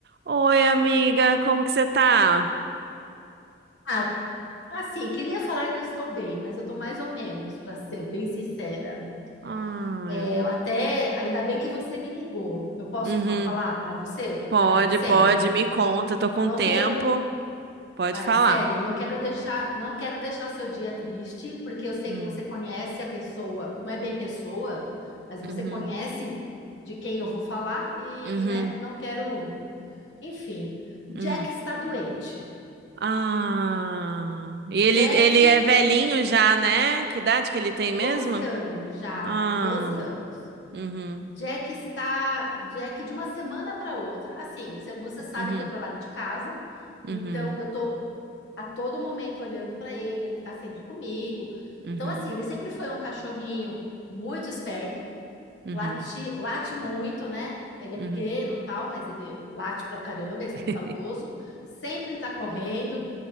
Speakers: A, on the right (about 55°); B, on the left (about 85°).
A: Oi, amiga, como que você tá?
B: Ah, assim, queria falar que eu estou bem, mas eu estou mais ou menos, para ser bem sincera.
A: Ai,
B: É, eu até, ainda bem que você me ligou. Eu posso
A: uhum,
B: co- falar para você o que
A: Pode,
B: está acontecendo?
A: pode, me conta, eu tô com
B: Não
A: tempo.
B: quero,
A: Pode
B: é,
A: falar.
B: sério, não quero deixar, não quero deixar o seu dia triste, porque eu sei
A: Hum,
B: que você conhece a pessoa, não é bem pessoa, mas você
A: uhum,
B: conhece de quem eu vou falar e,
A: uhum,
B: né, não quero, enfim. Jack
A: hum.
B: está doente.
A: Ah, e ele,
B: Jack,
A: ele é velhinho
B: de
A: já, né? Que idade que ele tem
B: 12
A: mesmo?
B: anos já,
A: Ah,
B: 12 anos.
A: uhum,
B: Jack está. Jack, de uma semana para outra, assim, cê- você sabe
A: uhum,
B: que eu trabalho de casa, então
A: uhum,
B: eu tô a todo momento olhando para ele, ele tá sempre comigo.
A: uhum,
B: Então, assim, ele sempre foi um cachorrinho muito esperto,
A: uhum,
B: late, late muito, né? Ele é
A: uhum.
B: pequeno, tal, mas ele late pra caramba,
A: <laughs>
B: é escandaloso, sempre tá correndo